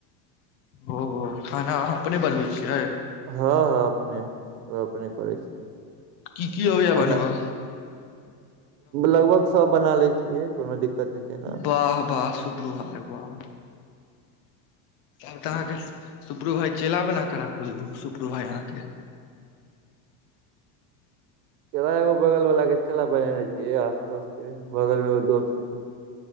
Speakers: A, on the left (about 70°); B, on the right (about 80°).
A: ओ खाना अहाँ अपने बनबै छियै
B: हँ हँ अपने अपने करै छी
A: की की अबैया
B: खाना
A: बनबऽ
B: लगभग सब बना लै छियै कोनो दिक्कत नय छै न हू
A: वाह वाह सुपरू भाय वाह तब तऽ अहाँके सुपुरू भाइ चेला बना कऽ राख सुपुरू भाय अहाँके
B: त ओहे एगो बगल वाला के चेला बनेने छियै आसतोस के बगल मे दोस के